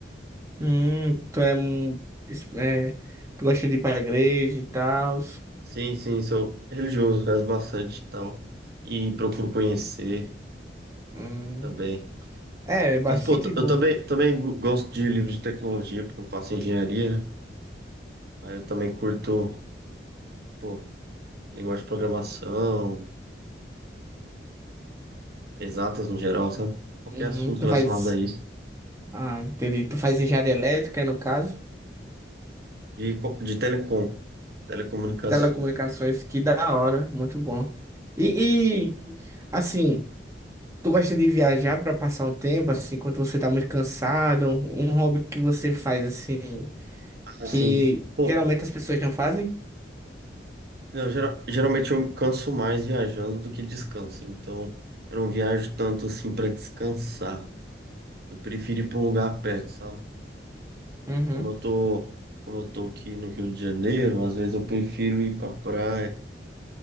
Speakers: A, on the right (about 15°); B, on the right (about 60°).
A: Hum, tu é, um- es- é, tu gosta de ir pra igreja e tal?
B: Sim, sim, sou religioso, rezo bastante e tal. E procuro conhecer
A: Hum,
B: também.
A: é, é bastante
B: Mas, pô, t-
A: bom.
B: eu também, também gosto de livros de tecnologia, porque eu faço engenharia. né? Aí eu também curto, pô, linguagem de programação, exatas no geral, sabe? Qualquer
A: Uhum,
B: assunto
A: tu
B: relacionado
A: faz,
B: a isso.
A: ah, entendi. Tu faz engenharia elétrica, no caso?
B: De, co- de telecom, telecomunicação.
A: Telecomunicações, que da hora, muito bom. E, e assim, tu gosta de viajar pra passar um tempo, assim, quando você tá muito cansado? Um hobby que você faz, assim
B: Assim,
A: que
B: pô,
A: geralmente as pessoas não fazem.
B: Eu, geral- geralmente eu canso mais viajando do que descanso. Então, eu não viajo tanto assim para descansar. Eu prefiro ir para um lugar perto, sabe?
A: Uhum.
B: Como eu tô, como eu tô aqui no Rio de Janeiro, às vezes eu prefiro ir para praia,